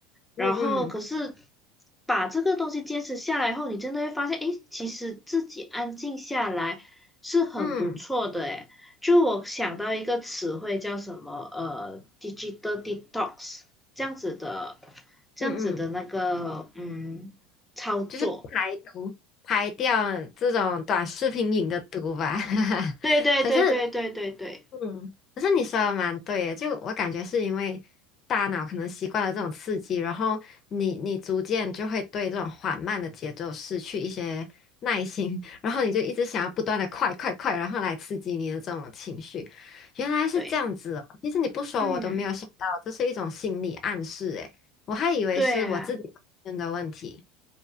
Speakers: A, in the centre; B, on the left (about 40°).
A: 然后可是
B: 嗯嗯
A: 把这个东西坚持下来后，你真的会发现，诶，其实自己安静下来是很不错的，
B: 嗯
A: 诶。就我想到一个词汇叫什么，呃，digital detox 这样子的，这样子的那个，
B: 嗯嗯。
A: 嗯，操作。
B: 就是排毒，排掉这种短视频瘾的毒吧。<laughs>
A: 对对对对对对对
B: 可是，嗯，可是你说的蛮对的，就我感觉是因为大脑可能习惯了这种刺激，然后你你逐渐就会对这种缓慢的节奏失去一些耐心，<laughs> 然后你就一直想要不断的快快快，然后来刺激你的这种情绪。原来是这样子哦，
A: 对，
B: 其实你不说我都没有想到，
A: 嗯，
B: 这是一种心理暗示诶，我还以为是我自己本身的问题。
A: 对啊。